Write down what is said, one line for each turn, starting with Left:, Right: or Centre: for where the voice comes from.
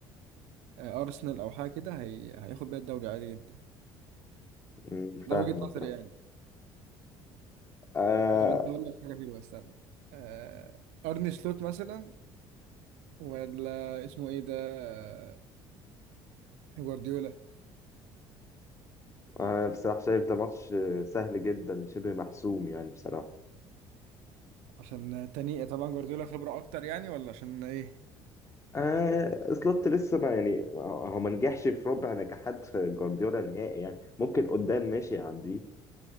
Right: آه، ارسنال او حاجه كده هي... هياخد بيها الدوري عادي جدا
Left: أمم،
Right: ده
Left: فاهمك
Right: وجهه نظري
Left: أه.
Right: يعني
Left: آه
Right: وطب انت اقول لك حاجه حلوه استنى آه... ارني سلوت مثلا ولا اسمه ايه ده آه، جوارديولا
Left: أنا بصراحة شايف ده ماتش آه، سهل جدا شبه محسوم يعني بصراحة
Right: عشان تاني طبعا جوارديولا خبره اكتر يعني ولا عشان ايه
Left: آه سلوت لسه ما يعني هو ما نجحش في ربع نجاحات جوارديولا نهائي يعني ممكن قدام ماشي يعديه